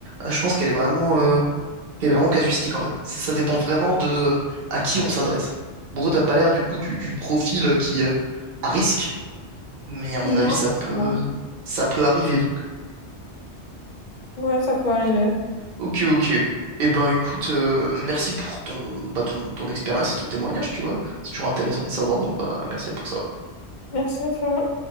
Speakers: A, on the right (about 45°); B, on the left (about 60°).
A: Euh, Je pense qu'elle est vraiment, euh, qu'elle est vraiment casuistique en fait. Ça, ça dépend vraiment de euh, à qui on s'adresse. Bon, toi, t'as pas l'air du coup du, du profil euh, qui, euh, à risque, mais à mon avis,
B: Non,
A: ça peut,
B: ça va.
A: ça peut arriver donc.
B: Ouais, ça peut arriver.
A: Ok, ok. Eh ben, écoute, euh, merci pour ton, bah, ton, ton expérience, ton témoignage, tu vois. C'est toujours intéressant de savoir, donc bah, merci pour ça.
B: Merci à toi.